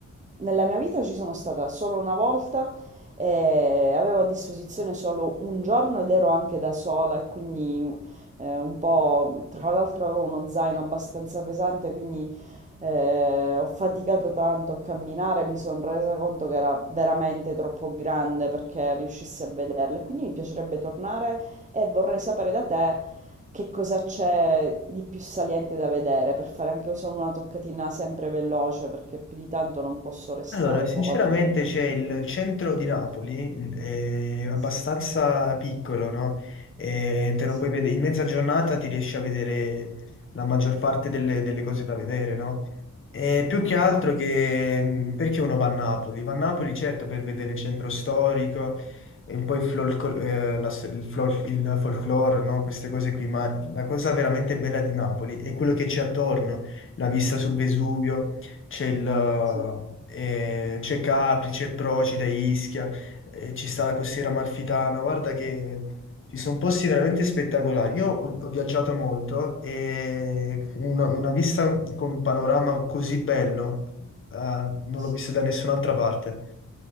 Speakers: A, on the right; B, on the left.
A: nella mia vita ci sono stata solo una volta e avevo a disposizione solo un giorno ed ero anche da sola, e quindi eh, un po', tra l'altro avevo uno zaino abbastanza pesante, quindi eh, ho faticato tanto a camminare e mi sono resa conto che era veramente troppo grande perché riuscissi a vederla. E Quindi mi piacerebbe tornare e vorrei sapere da te che cosa c'è di più saliente da vedere per fare anche solo una toccatina sempre veloce perché più di tanto non posso restare
B: Allora, sinceramente
A: fuori.
B: c'è il il centro di Napoli, il- è abbastanza
A: Sì,
B: piccolo, no? E te lo
A: sì.
B: puoi vedere, in mezza giornata ti riesci a vedere la maggior parte delle, delle cose da vedere, no? E più che
A: Ok,
B: altro che mh, perché uno va a Napoli? Va a Napoli certo per vedere il centro storico e un po' il, folco- eh, la sto- il, flor- il folklore, no? Queste cose qui, ma la cosa veramente bella di Napoli è quello che c'è attorno, la vista sul Vesuvio c'è il, eh,
A: sì,
B: eh, c'è Capri, c'è Procida, Ischia, eh, ci sta la costiera amalfitana. Guarda che ci sono posti veramente spettacolari. Io ho, ho viaggiato molto e una, una vista con un panorama così bello, eh, non
A: sì.
B: l'ho visto da nessun'altra parte.